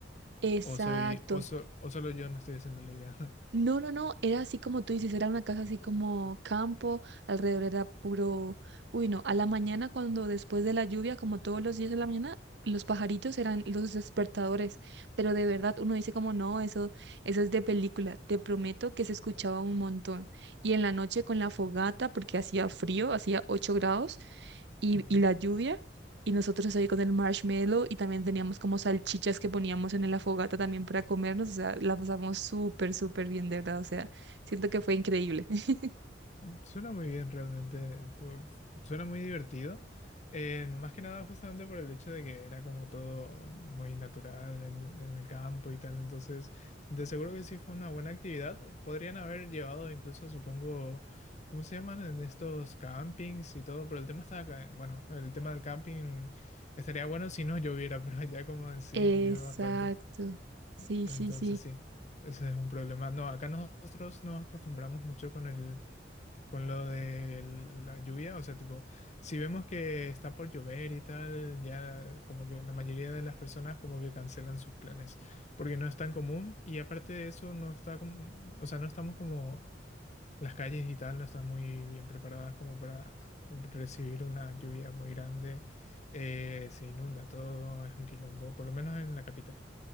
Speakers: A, on the right; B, on the left.
A: Exacto.
B: O soy, o, so- o solo yo me estoy haciendo la idea. <laughs>
A: No, no, no, era así como tú dices, era una casa así como campo, alrededor era puro, uy, no, a la mañana cuando después de la lluvia, como todos los días de la mañana, los pajaritos eran los despertadores, pero de verdad uno dice como no, eso, eso es de película, te prometo que se escuchaba un montón. Y en la noche con la fogata, porque hacía frío, hacía 8 grados, y,
B: Ujú.
A: y la lluvia. Y nosotros ahí con el marshmallow y también teníamos como salchichas que poníamos en la fogata también para comernos. O sea, la pasamos súper, súper bien, de verdad. O sea, siento que fue increíble. <laughs>
B: Suena muy bien realmente, fue- suena muy divertido. Eh, más que nada justamente por el hecho de que era como todo muy natural en, en el campo y tal, entonces de seguro que sí fue una buena actividad. Podrían haber llevado incluso, supongo, ¿cómo se llaman? En estos campings y todo, pero el tema está acá, bueno, el tema del camping estaría bueno si no lloviera, <laughs> pero allá como decís,
A: Exacto.
B: llueve bastante,
A: Sí,
B: entonces
A: sí, sí.
B: sí. Ese es un problema. No, acá nosotros nos acostumbramos mucho con el con lo de la lluvia, o sea, tipo, si vemos que está por llover y tal, ya como que la mayoría de las personas como que cancelan sus planes, porque no es tan común y aparte de eso no está como, o sea, no estamos como las calles y tal no están muy bien preparadas como para recibir una lluvia muy grande, eh, se inunda todo, es un quilombo, por lo menos en la capital.